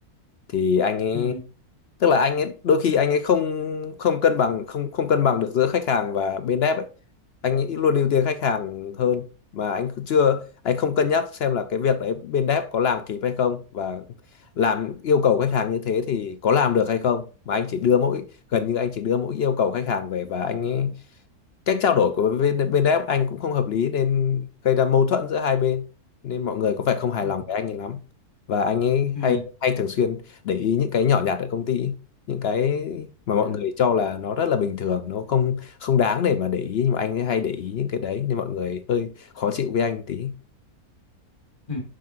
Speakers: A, on the left; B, on the left.
A: thì anh ấy
B: ừ
A: tức là anh ấy đôi khi anh ấy không không cân bằng không không cân bằng được giữa khách hàng và bên dev ấy anh ấy luôn ưu tiên khách hàng hơn mà anh cứ chưa anh không cân nhắc xem là cái việc đấy bên dev có làm kịp hay không và làm yêu cầu khách hàng như thế thì có làm được hay không mà anh chỉ đưa mỗi gần như anh chỉ đưa mỗi yêu cầu khách hàng về và anh ấy cách trao đổi của bên bên đấy anh cũng không hợp lý nên gây ra mâu thuẫn giữa hai bên nên mọi người có vẻ không hài
B: ừ
A: lòng với anh ấy lắm và anh ấy
B: ừ
A: hay hay thường xuyên để ý những cái nhỏ nhặt ở công ty ấy. những cái mà
B: dạ
A: mọi người cho là nó rất là bình thường nó không không đáng để mà để ý nhưng mà anh ấy hay để ý những cái đấy nên mọi người hơi khó chịu với anh tí
B: Ừ,